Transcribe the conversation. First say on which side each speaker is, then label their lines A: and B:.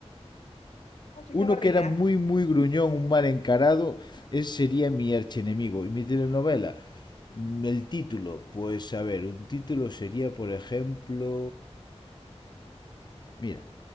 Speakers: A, on the left; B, on the left.
A: El señor
B: Uno
A: Barriga.
B: que era muy, muy gruñón, un mal encarado, ese sería mi archienemigo. Y mi telenovela, Mm, el título, pues a ver, un título sería, por ejemplo... Mira,